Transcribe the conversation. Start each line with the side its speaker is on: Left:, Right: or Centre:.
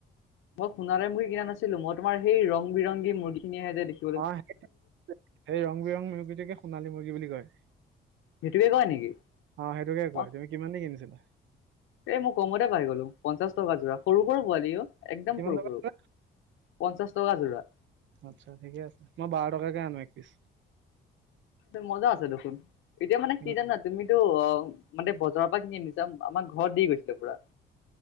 Left: মই সোণালি মুৰ্গী কিনা নাছিলো মই তোমাৰ এই ৰং-বিৰংগী মূৰ্গী খিনি আহে যে দে
Right: অ' ল, সেই ৰং-বিৰংগী মুৰ্গীটোকে সোণালী মুৰ্গী বুলি কয়।
Left: সেইটোকে কয় নেকি?
Right: অ', সেইটোকে
Left: মই
Right: কয়, তুমি কিমান দি কিনিছিলা?
Left: এই মই কমতে পাই গ'লো। পঞ্চাশ টকা যোৰা সৰু সৰু পোৱালি অ', একদম
Right: কিমান
Left: সৰু
Right: টকা
Left: সৰু। পঞ্চাশ টকা যোৰা।
Right: আচ্ছা ঠিকে আছে, মই বাৰ টকাকৈ আনো এক পিচ।
Left: এই মজা আছে দেখোন, এতিয়া মানে
Right: উম
Left: কি জানা তুমিতো অ, মানে বজাৰৰ পৰা কিনি আনিছে, আমাৰ ঘৰত দি গৈছে পুৰা।